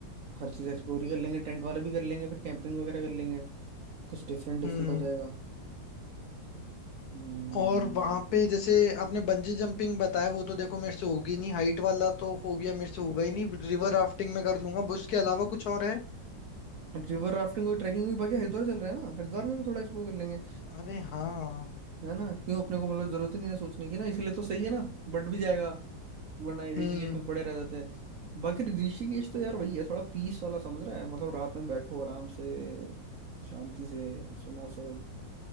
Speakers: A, on the right; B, on the left.
A: हर चीज़ एक्सप्लोर ही कर लेंगे टेंट वाला भी कर लेंगे फिर कैंपिंग वगैरह कर लेंगे कुछ डिफरेंट डिफरेंट
B: हम्म
A: हो जाएगा हम्म
B: और वहां पे जैसे आपने बंजी जंपिंग बताया वो तो देखो मेरे से होगी नहीं हाइट वाला तो फोबिया मेरे से होगा ही नहीं रिवर राफ्टिंग में कर लूंगा उसके अलावा कुछ और है
A: रिवर राफ्टिंग और ट्रैकिंग भी बाकी हरिद्वार चल रहा है ना हरिद्वार में भी थोड़ा एक्सप्लोर कर लेंगे
B: अरे हाँ
A: है ना क्यों अपने को मतलब जरूरत ही नहीं है सोचने की ना इसलिए तो सही है ना बढ़ भी जाएगा वरना ये
B: हम्म
A: ऋषिकेश में पड़े रह जाते हैं बाकी ऋषिकेश तो यार वही है थोड़ा पीस वाला समझ रहा है मतलब रात में बैठो आराम से शांति से सुनो सब